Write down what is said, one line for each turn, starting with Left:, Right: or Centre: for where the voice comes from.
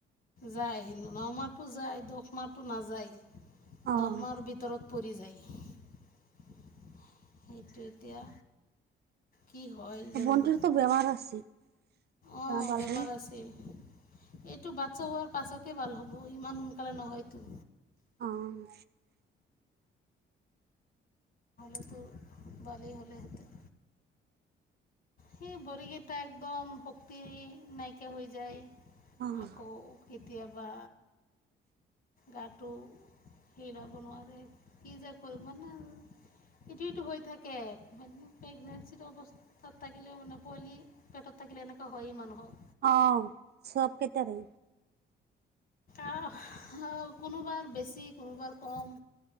Left: যায় ন মাতো যায় দশ মাহটো নেযায়
Right: অ
Left: দহ মাহৰ ভিতৰত পৰি যায় সেইটো এতিয়া কি হয়
Right: ভণ্টিৰতো
Left: জানো
Right: বেমাৰ আছে ত
Left: অঁ
Right: গাল
Left: বেমাৰ আছিল এইটো বাচ্ছা হোৱাৰ পাছতে ভাল হ'ব ইমান সোনকালে নহয়তো
Right: অ',
Left: এইটো পোৱালী হলে হেঁতেন সেই বৰিগেইটা একদম ভক্তি নাইকিয়া হৈ যায়
Right: অ',
Left: আকৌ কেতিয়াবা গাটো সিলাব নোৱাৰে কি যে কৰিম মানে এইটো এইটো হৈ থাকে প্ৰেগনেঞ্চি অৱস্থাত থাকিলে মানে পোৱালি পেটত থাকিলে এনেকোৱা হয় মানুহক
Right: অ চব কেটাৰে
Left: অ অ কোনোবা বেছি কোনোবা কম